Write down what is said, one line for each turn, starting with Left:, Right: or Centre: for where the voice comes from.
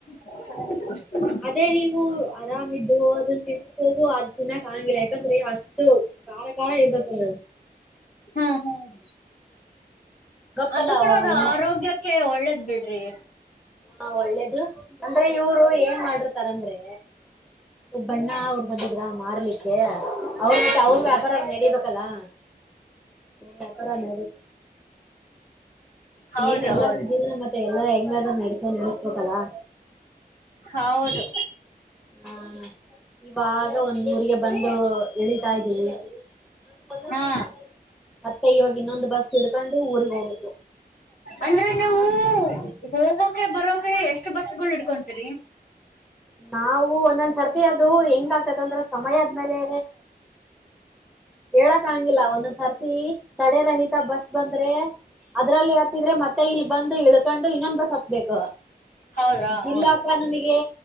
Left: <unintelligible>
Centre: ಅದೇ ನೀವು ಆರಾಮಿದ್ದು ಅದನ್ನ ತಿನ್ನೋದು ಅದ್ ತಿನ್ನಕ್ ಆಗಂಗಿಲ್ ಯಾಕಂದ್ರೆ ಅಷ್ಟು ಖಾರ ಖಾರ ಇರ್ತತದ.
Left: ಹ್ಮ್ ಹ್ಮ್
Centre: ಗೊತ್ತಲ್ಲ
Left: ಆದ್ರು ಕೂಡ
Centre: ಅವ
Left: ಅದ ಆರೋಗ್ಯಕ್ಕೆ ಒಳ್ಳೇದ್ ಬಿಡ್ರಿ.
Centre: ಹಾ ಒಳ್ಳೇದು ಅಂದ್ರೆ ಇವ್ರು ಏನ್ ಮಾಡಿರ್ ತರಂದ್ರೆ ಒಬ್ ಅಣ್ಣ ಅವ್ರು ಬಂದಿದ್ರ ಮಾರ್ಲಿಕ್ಕೆ. ಅವ್ರ ಅವ್ರ ವ್ಯಾಪಾರ ನಡಿಬೇಕಲ್ಲಾ ಹ ವ್ಯಾಪಾರ ನಡಿ
Left: ಹೌದು
Centre: ಏನ್ ಎಲ್ಲಾರ
Left: ಹೌದು
Centre: ಜೀವನ ಮತ್ ಎಲ್ಲ ಹೆಂಗಾದ್ರೂ ನಡಸ ನಡಸ್ಬೇಕಲ್ಲಾ.
Left: ಹೌದು
Centre: ಹಾ ಇವಾಗ ಒಂದ್ ಊರಿಗೆ ಬಂದು ಇಳಿತಾ ಇದೀವಿ. <unintelligible>
Left: ಹಾ
Centre: ಮತ್ತೆ ಇವಾಗ ಇನ್ನೊಂದು ಬಸ್ ಹಡ್ಕೊಂಡು ಊರಿಗ್ ಹೋಗ್ಬೇಕು.
Left: ಅಂದ್ರೆ
Centre: ನಾನ್
Left: ನೀವು ಹೋಗೋಕೆ ಬರೋಕೆ ಎಷ್ಟು ಬಸ್ಗಳು ಇಡ್ಕೊಂತೀರಿ.
Centre: ನಾವು ಒಂದೊಂದ್ ಸರ್ತಿ ಅದು ಹೆಂಗ ಆಗ್ತೇತಂದ್ರ ಸಮಯ ಆದ್ಮೇಲೆ ಹೇಳಕ್ ಆಗ್ಗಂಗಿಲ ಒಂದೊಂದ್ ಸರ್ತಿ ತಡೆ ರಹಿತ ಬಸ್ ಬಂದ್ರೆ ಅದ್ರಲ್ಲಿ ಹತ್ತಿದ್ರೆ ಮತ್ತೆ ಇಲ್ಲಿ ಬಂದು ಇಳ್ಕೊಂಡು ಇನ್ನೊನ್ ಬಸ್ ಹತ್ ಬೇಕು
Left: ಹೌದ್ರಾ ಹ
Centre: ಇಲ್ಲಪ್ಪಾ ನಮಗೆ